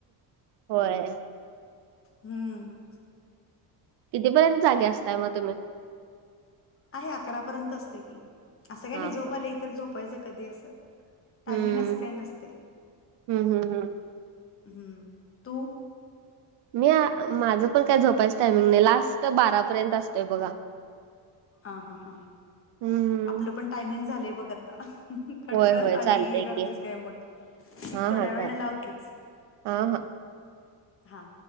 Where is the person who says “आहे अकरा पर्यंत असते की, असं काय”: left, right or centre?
Left